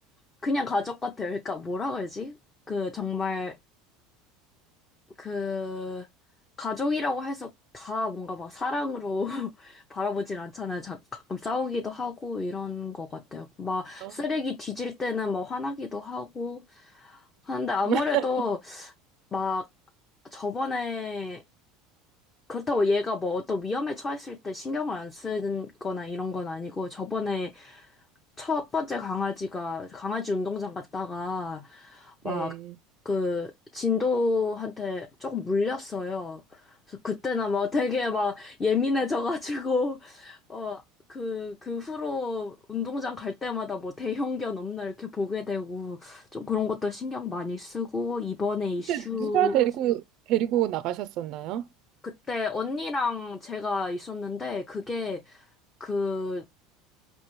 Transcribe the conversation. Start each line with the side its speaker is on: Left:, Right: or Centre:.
Left: 그냥 가족 같아요. 그러니까 뭐라 그러지? 그 정말 그 가족이라고 해서 다 뭔가 막 사랑으로 <laughs> 바라보진 않잖아요. 자, 가끔 싸우기도 하고 이런 것 같아요. 막
Right: 어.
Left: 쓰레기 뒤질 때는 막 화나기도 하고 하는데 아무래도
Right: <laughs>
Left: 막 저번에 그렇다고 얘가 뭐 어떤 위험에 처했을 때 신경을 안 쓰는 거나 이런 건 아니고 저번에 첫 번째 강아지가 강아지 운동장 갔다가 막
Right: 네.
Left: 그 진도한테 조금 물렸어요. 그래서 그때는 막 되게 막 예민해져가지고 <laughs> 어 그 그 후로 운동장 갈 때마다 뭐 대형견 없나 이렇게 보게 되고 좀 그런 것도 신경 많이 쓰고 이번에 이슈
Right: 근데 누가 데리고 데리고 나가셨었나요?
Left: 그때 언니랑 제가 있었는데 그게 그,